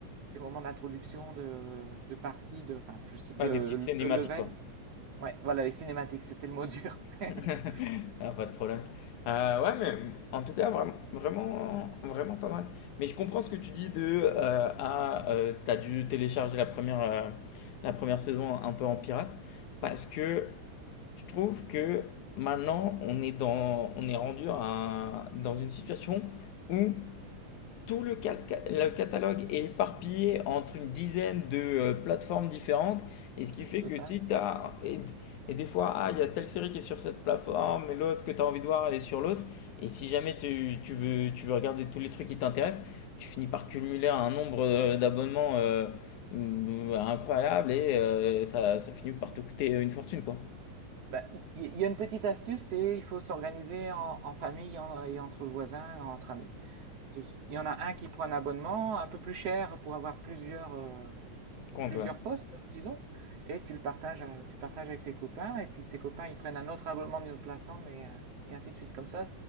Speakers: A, on the right (about 55°); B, on the left (about 75°).
A: Les moments d'introduction, de, de partie, de, enfin, je sais- de,
B: Ouais, des petites cinématiques,
A: de level.
B: quoi.
A: Ouais, voilà, les cinématiques, c'était le mot dur.
B: <laughs>
A: <laughs>
B: Ah, pas de problème. Euh, ouais, mais en tout cas, vraiment, vraiment, vraiment pas mal. Mais je comprends ce que tu dis de euh, ah, euh, t'as dû télécharger la première, euh, la première saison un peu en pirate, parce que je trouve que maintenant on est dans, on est rendu à un- dans une situation où tout le, cal- le catalogue est éparpillé entre une dizaine de euh, plateformes différentes, et ce qui fait
A: Total.
B: que si tu as... Et, et des fois, ah, il y a telle série qui est sur cette plateforme, et l'autre que tu as envie de voir, elle est sur l'autre, et si jamais tu, tu veux, tu veux regarder tous les trucs qui t'intéressent, tu finis par cumuler un nombre euh, d'abonnements euh, euh, incroyable, et euh, ça, ça finit par te coûter une fortune, quoi.
A: Bah, il y, y a une petite astuce, c'est il faut s'organiser en, en famille en- et entre voisins, et entre amis. C'est- Il y en a un qui prend un abonnement un peu plus cher pour avoir plusieurs, euh,
B: Comment
A: plusieurs postes, disons, et tu le partages, euh, tu partages avec tes copains, et puis tes copains, ils prennent un autre abonnement d'une autre plateforme, et, euh, et ainsi de suite. Comme ça,